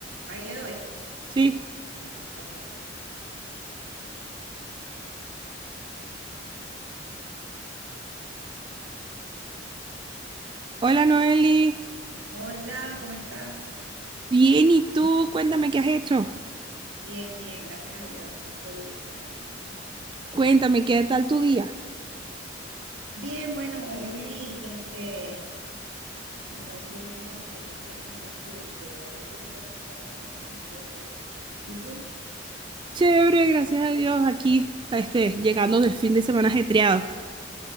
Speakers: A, on the right (about 85°); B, on the right (about 25°).
A: Ahí le doy.
B: Sí.
A: Ok.
B: Hola Noeli.
A: Hola, ¿cómo estás?
B: Bien, ¿y tú? Cuéntame qué has hecho.
A: Bien, bien, gracias a Dios. Mucho gusto.
B: Cuéntame qué tal tu día.
A: Bien, bueno, hoy este, no fui al gimnasio, tenía que ir al gimnasio y de verdad me puse a hacer otras cosas y no pude llegar. ¿Y tú?
B: Chévere, gracias a Dios, aquí, este, llegando del fin de semana ajetreado.